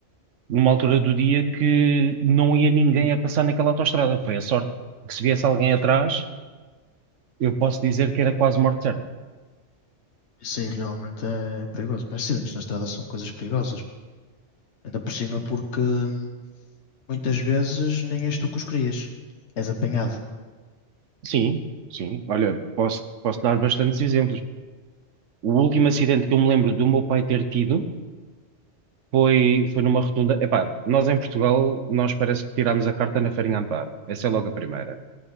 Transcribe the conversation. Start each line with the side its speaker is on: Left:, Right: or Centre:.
Right: numa altura do dia que não ia ninguém a passar naquela autoestrada. Foi a sorte que se viesse alguém atrás, eu posso dizer que era quase morte certa.
Left: Isso aí realmente é perigoso. Pá, Acidentes na estrada são coisas perigosas. Ainda por cima porque hum, muitas vezes nem és tu que os crias. És apanhado.
Right: Sim, sim. Olha, posso, posso dar bastantes exemplos. O último acidente que eu me lembro do meu pai ter tido foi, foi numa rotunda. Epá, nós em Portugal, nós parece que tirámos a carta na farinha Amparo. Essa é logo a primeira.